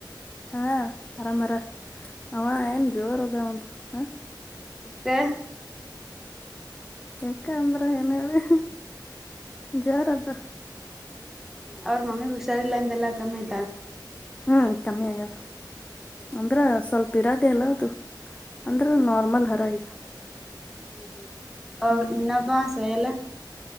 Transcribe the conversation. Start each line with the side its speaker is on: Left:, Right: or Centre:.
Left: ಹ ಆರಾಮರ ಅವ
Centre: ಅವ್ರ
Left: ಏನ್ ಜೋರ್ ಅದ ಔದು ಹಾ
Centre: ಬ್ಯ್
Left: ಯಾಕಂದ್ರ ಏನು ಹೇಳಿ ಜೋರ ಅದ
Centre: ಅವ್ರ ಮಮ್ಮಿಗ್ ಹುಷಾರಿಲ್ಲಾಂದೆಲ್ಲ ಕಮ್ಮ ಆಯ್ತಾ
Left: ಹ್ಮ್ ಕಮ್ಮಿ ಆಗದು
Centre: ಹ್ಮ್
Left: ಅಂದ್ರ ಸ್ವಲ್ಪ ಇರದೆೇ ಅಲ್ಲ ಅದು
Centre: ಹ್ಮ್
Left: ಅಂದ್ರ ನಾರ್ಮಲ್ ಹರ ಐ್
Centre: ಹ್ಮ ಹ
Left: ಹ್ಮ್
Centre: ಇನ್ನೊಬ್ಬ ಸುಯಿಲ್